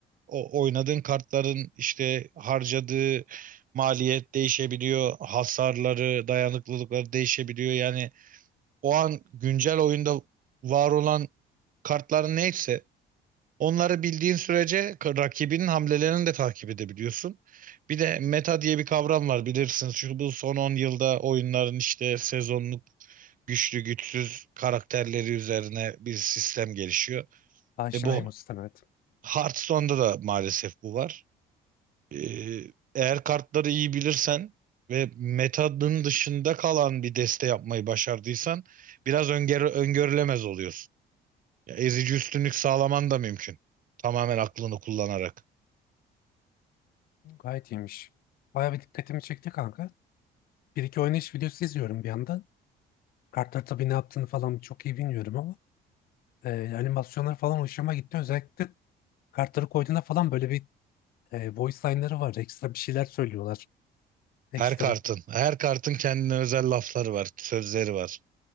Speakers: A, on the right (about 55°); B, on the left (about 60°).
A: O oynadığın kartların işte harcadığı maliyet değişebiliyor. Hasarları, dayanıklılıkları değişebiliyor. Yani o an güncel oyunda var olan kartların neyse onları bildiğin sürece k- rakibinin hamlelerini de takip edebiliyorsun. Bir de meta diye bir kavram var bilirsiniz. Şu bu son 10 yılda oyunların işte sezonluk güçlü güçsüz karakterleri üzerine bir sistem gelişiyor.
B: Aşinayım
A: Ve bu
B: o sisteme evet.
A: Hearthstone'da da maalesef bu var. Ee, eğer kartları iyi bilirsen ve metanın dışında kalan bir deste yapmayı başardıysan biraz öngörü- öngörülemez oluyorsun. Ya ezici üstünlük sağlaman da mümkün. Tamamen aklını kullanarak.
B: Gayet iyiymiş. Bayağı bir dikkatimi çekti kanka. Bir iki oynayış videosu izliyorum bir yandan. Kartlar tabii ne yaptığını falan çok iyi bilmiyorum ama e, animasyonlar falan hoşuma gitti. Özellikle kartları koyduğunda falan böyle bir e, voice line'ları var. Ekstra bir şeyler söylüyorlar. Ekstra.
A: Her kartın, her kartın kendine özel lafları var, sözleri var.